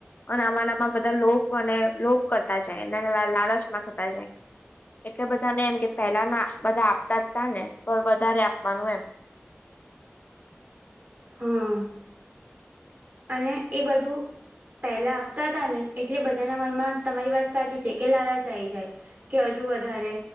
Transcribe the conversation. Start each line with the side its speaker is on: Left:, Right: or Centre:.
Left: અને આમાં નામાં બધા લોપ, અને લોપ કરતા જાય, અને લાલચમાં થતા જાય. એટલે બધાને એમ કે, પેલા ના બધા આપતા જ તા ને, તો વધારે આપવાનું એમ.
Right: હા. અને એ બધું. પહેલા આપતા હતા ને, એટલે બધાના મનમાં તમારી વાત સાચી છે કે, લાલા ચાઈ જાય. કે હજુ વધારે,